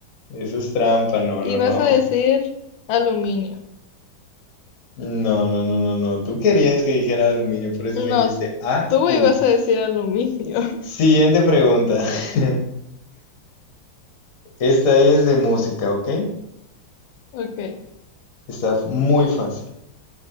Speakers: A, on the left; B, on the left.
A: Eso es trampa. No,
B: Y
A: no,
B: vas
A: no.
B: a decir aluminio.
A: No, no, no, no, no. Tú querías que dijera aluminio, por eso me
B: No,
A: dijiste A
B: tú
A: U.
B: ibas a decir aluminio. <laughs>
A: Siguiente pregunta. <laughs> Esta es de música, ¿ok?
B: Ok.
A: Está muy fácil.